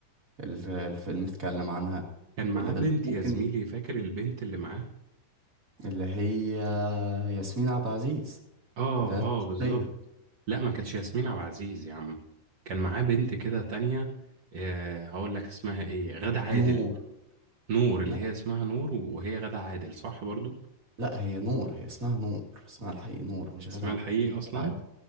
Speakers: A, on the right; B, on the right.
A: اللي الفيلم اتكلم عنها
B: <laughs> كان معاه
A: اللي دلوقتي
B: بنت
A: ممكن
B: يا زميلي فاكر البنت اللي معاه
A: اللي هي ياسمين عبد العزيز
B: اه
A: اللي هي الطاقية
B: اه بالظبط لا ما كانتش ياسمين عبد العزيز يا عم كان معاه بنت كده تانية آه هقول لك اسمها ايه غادة عادل
A: نور
B: نور اللي
A: لا
B: هي اسمها نور وهي غادة عادل صح برضو
A: لا هي نور هي اسمها نور اسمها الحقيقي نور مش غادة
B: اسمها الحقيقي اصلا
A: عادل